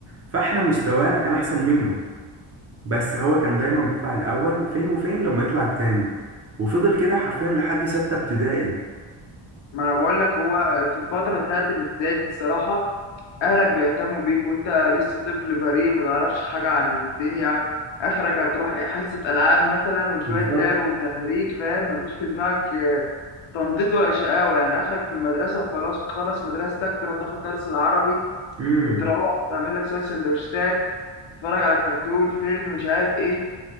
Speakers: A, on the right; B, on the left.
A: فاحنا مستوانا كان احسن منه بس هو كان دايما بيطلع الاول فين وفين لما يطلع التاني وفضل كده حرفيا لحد ستة ابتدائي
B: ما انا بقول لك هو في الفتره بتاعت الابتدائي دي الصراحه اهلك بيهتموا بيك وانت لسه طفل بريء ما تعرفش حاجه عن الدنيا اخرك هتروح ايه حصه العاب مثلا وشويه
A: بالظبط
B: لعب وتهريج فاهم مفيش في دماغك آه، تنطيط ولا شقاوه يعني اخرك في المدرسه وخلاص تخلص مدرستك تروح تاخد درس العربي
A: امم
B: وتروح تعمل لك شويه سندوتشات تتفرج على كرتون فيلم مش عارف ايه